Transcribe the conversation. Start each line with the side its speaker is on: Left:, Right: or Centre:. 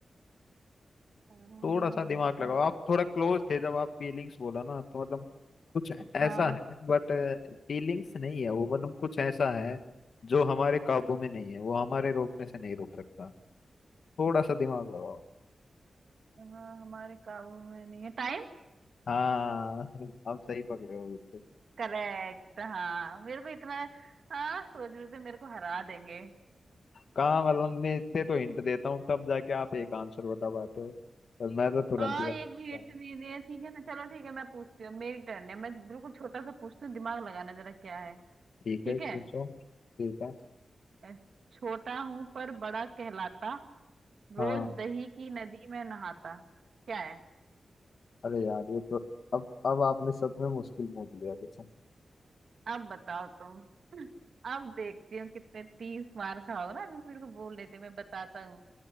Right: अ, बिल्कुल-
Left: थोड़ा सा दिमाग लगाओ आप थोड़ा क्लोज थे जब आप फीलिंग्स बोला ना तो मतलब कुछ ऐसा
Right: हाँ
Left: है बट फीलिंग्स नहीं है वो मतलब कुछ ऐसा है जो हमारे काबू में नहीं है वो हमारे रोकने से नहीं रोक सकता थोड़ा सा दिमाग लगाओ
Right: अ, हमारे काबू में नहीं है टाइम
Left: हाँ आप सही पकड़े हो बिल्कुल
Right: करेक्ट हाँ मेरे को इतना हाँ सोच रहे थे मेरे को हरा देंगे
Left: कहाँ मतलब मैं इतने तो हिंट देता हूँ तब जाके आप एक आंसर बता पाते हो और मैं तो तुरंत
Right: हाँ
Left: ही
Right: एक
Left: बता
Right: भी हिंट
Left: हूँ
Right: नहीं दिया ठीक है ना चलो ठीक है मैं पूछती हूँ मेरी टर्न है मैं बिल्कुल छोटा सा पूछती हूँ दिमाग लगाना जरा क्या है ठीक
Left: ठीक है पूछो
Right: है
Left: ठीक है
Right: अ, छोटा हूँ पर बड़ा कहलाता रोज
Left: हाँ
Right: दही की नदी में नहाता क्या है
Left: अरे यार ये तो अब अब आपने सच में मुश्किल पूछ लिया कुछ
Right: अब बताओ तुम <laughs> अब देखती हूँ कितने तीस मार खाओ ना अभी मेरे को बोल लेते मैं बताता हूँ